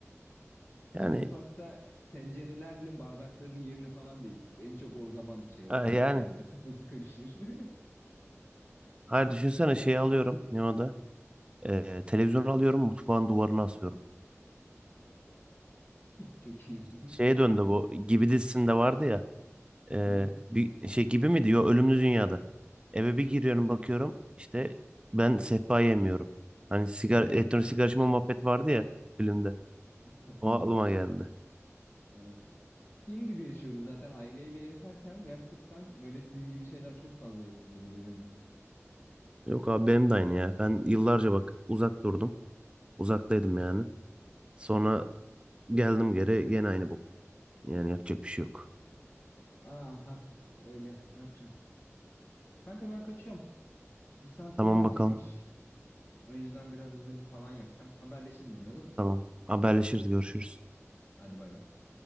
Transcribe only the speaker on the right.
Yani
ha, yani
hayır düşünsene şeyi alıyorum ne o da? Ee, televizyonu alıyorum mutfağın duvarına asıyorum.
Şeye döndü
bu gibi dizisinde vardı ya. Ee,
bir şey gibi mi diyor ölümlü dünyada. Eve bir giriyorum
bakıyorum işte ben sehpa yemiyorum. Hani sigara,
elektronik sigara içme muhabbet vardı ya filmde.
O aklıma geldi.
Yok abi benim de aynı ya. Ben yıllarca bak uzak durdum. Uzaktaydım yani. Sonra geldim geri gene aynı bu. Yani yapacak bir şey yok.
Tamam
bakalım.
Tamam. Haberleşiriz görüşürüz.